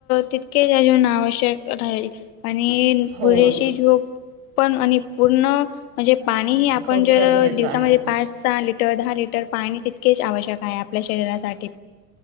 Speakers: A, on the left; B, on the right.
A: तितकेच अजून आवश्यक राहील. आणि
B: हो,
A: पुरेशी झोप पण आणि पूर्ण म्हणजे पाणी हे आपण
B: खूप
A: जर
B: गरजेचं
A: दिवसामध्ये
B: आहे.
A: पाच सहा लिट द दहा लिटर पाणी तितकेच आवश्यक आहे, आपल्या शरीरासाठी.